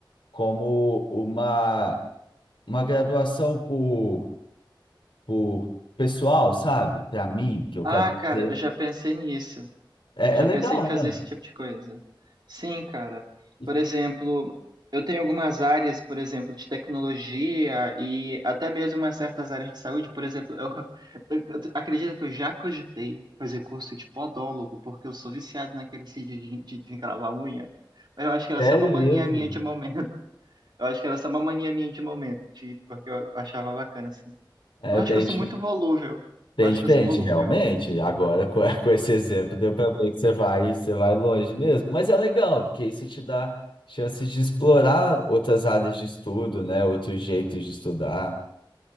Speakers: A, on the left; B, on the right.
A: como uma uma graduação por, por pessoal, sabe? Para mim, que eu
B: Ah,
A: quero fazer.
B: cara, eu já pensei nisso.
A: É,
B: Eu já
A: é legal,
B: pensei em fazer
A: né?
B: esse tipo de coisa. Sim, cara.
A: E
B: Por exemplo, eu tenho algumas áreas, por exemplo, de tecnologia e até mesmo umas certas áreas de saúde. Por exemplo, eu, <laughs> eu, acredito que eu já cogitei fazer curso de podólogo, porque eu sou viciado naquele sítio de, de, de encravar unha. Mas eu acho que era
A: Sério
B: só uma mania
A: mesmo.
B: minha de momento. <laughs> Eu acho que era só uma mania minha de momento, de, porque eu achava bacana, assim.
A: É
B: Eu acho
A: bem,
B: que eu sou
A: di-
B: muito volúvel.
A: bem
B: Eu acho
A: diferente,
B: que eu sou volúvel.
A: realmente. Agora, com, <laughs> com esse exemplo, deu para ver que você vai, você vai longe mesmo. Mas é legal, porque isso te dá chances de explorar outras áreas de estudo, né? Outros jeitos de estudar.